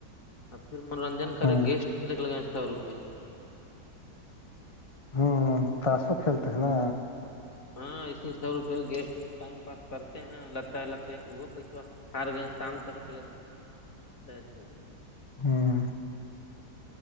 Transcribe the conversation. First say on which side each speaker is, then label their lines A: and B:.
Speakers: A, on the left; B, on the left.
A: اور پھر منورنجن کرے
B: ہوں
A: گیسٹ کھیلے کے لگے سو روپی
B: ہوں تاشو کھیلتے ہیں نا
A: ہاں اسی سو روپئے گیسٹ ٹائم پاس کرتے ہیں لگتا ہے لگتا ہے کہ وہ پیسوا کار گئے شام تک کھیل رہتے ہو
B: ہوں